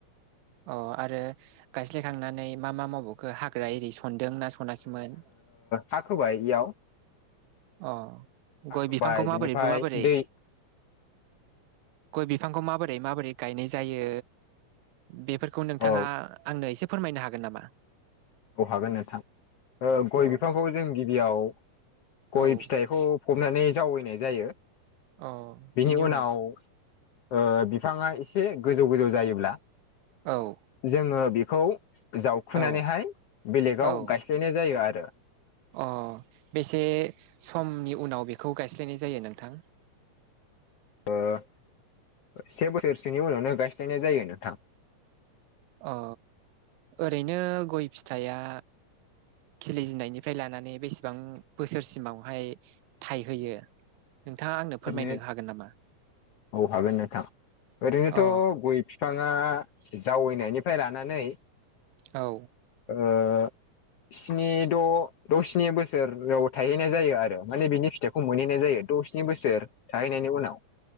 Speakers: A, on the right (about 90°); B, on the left (about 65°).
A: अ आरो गायस्लायखांनानै मा मा मावबावखो हाग्रा एरि सनदों ना सनााखैमोन?
B: हाखोबाय इयाव
A: अ
B: हा
A: गय
B: खोबाय
A: बिफांखौ माबोरै
B: बिनिफ्राय
A: माबोरै
B: दै
A: गय बिफांखौ माबोरै माबोरै गायनाय जायो बेफोरखौ नोंथाङा
B: अ
A: आंनो एसे फोरमायनो हागोन नामा?
B: औ हागोन नोंथां ओ गय
A: अ
B: बिफांखौ जों गिबियाव गय
A: औ
B: फिथाइखौ फबनानै जावैनाय जायो
A: अ
B: बेनि
A: बिनि
B: उनाव ओ बिफाङा एसे गोजौ गोजौ जायोब्ला
A: औ
B: जोङो बेखौ जावखुनानैहाय
A: औ
B: बेलेगाव
A: औ
B: गायस्लायनाय जायो आरो
A: अ बेसे समनि उनाव बेखौ गायस्लायनाय जायो नोंथां
B: ऐ से बोसोरसोनि उनावनो गायस्लायनाय जायो नोंथां
A: अ ओरैनो गय फिथाइया खिलिजेननायनिफ्राय लानानै बेसेबां बोसोरसिमावहाय थाइहोयो नोंथाङा आंनो फोरमायनो
B: ओरैनो
A: हागोन नामा
B: औ हागोन नोंथां ओरैनोथ
A: अ
B: गय फि बिफाङा जावैनायनिफ्राय लानानै
A: औ
B: ओ स्नि द द स्नि बोसोराव थायहैनाय जायो आरो माने बिनि फिथाइखौ मोनहैनाय जायो द स्नि बोसोर थाहैनायनि उनाव